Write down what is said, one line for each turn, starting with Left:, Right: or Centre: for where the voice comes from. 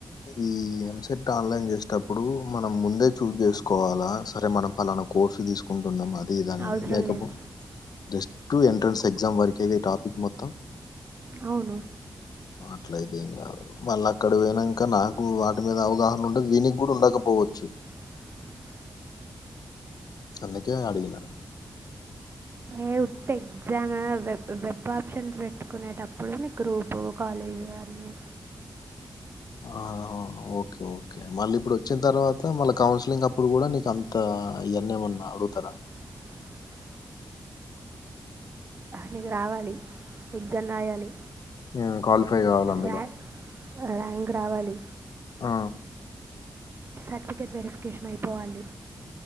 Left: ఈ ఎంసెట్ ఆన్లైన్ చేసటప్పుడు మనం ముందే చూజ్ చేసుకో కోవాలా సరే మనం పలానా కోర్సు తీసుకుంటున్నాం అది ఇది అనేది
Right: అవసరం
Left: లేకపో
Right: లేదు
Left: జస్ట్ ఎంట్రన్స్ ఎగ్జామ్ వరక ఈ టాపిక్ మొత్తం
Right: అవును
Left: అట్లయితే ఎం కాదు మళ్ళ అక్కడ పోయినాక నాకు వాటి మీద అవగాహన ఉండంది దీనికి కూడా ఉండకపోవచ్చు
Right: హు
Left: అన్నికే అడికిన్నా
Right: ఏ ఉ ఎగ్జామ్ వెబ్ ఆప్షన్స్ పెట్టుకునేటప్పుడు ఇప్పుడునుకు గ్రూప్ కాలజ వారిని
Left: ఆ! ఓకే ఓకే మళ్ళీ ఇప్పుడు వచ్చిన తర్వాత మళ్ళీ కౌన్సిలింగ్ అప్పుడు కూడా నీకు అంత ఎన్నఏం ఉన్నా అడుగుతారా
Right: హు నీకు రావాలి ఎక్సమ్రాయాలి
Left: హ్మ్. క్వాలిఫై గావాలి అందులో.
Right: రాంక్ రావాలి ర్యాంక్ రావాలి
Left: ఆ
Right: సర్టిఫికేట్ వెరిఫికేషన్ అయిపోవాలి